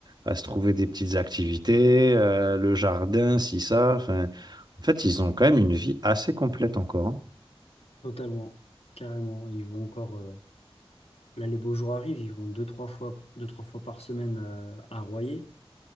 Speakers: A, on the right; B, on the left.
A: à se trouver des petites activités, euh, le jardin, si ça. enfin, en fait, ils ont quand même une vie assez complète encore. hein.
B: Totalement, carrément. Ils vont encore. euh, Là, les beaux jours arrivent, ils vont deux, trois fois, deux, trois fois par semaine euh, à Royer.